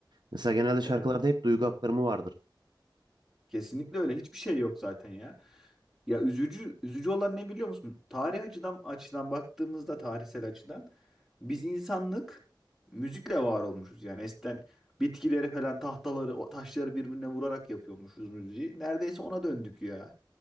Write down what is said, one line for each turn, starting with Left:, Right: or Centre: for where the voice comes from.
Right: Mesela genelde şarkılarda
Centre: Evet.
Right: hep duygu aktarımı vardır.
Centre: Kesinlikle öyle. Hiçbir şey yok zaten ya. Ya üzücü üzücü olan ne biliyor musun? Tarih açıdan açıdan baktığımızda tarihsel açıdan biz insanlık müzikle var olmuşuz. Yani eskiden bitkileri falan tahtaları o taşları birbirine vurarak yapıyormuşuz müziği. Neredeyse ona döndük ya.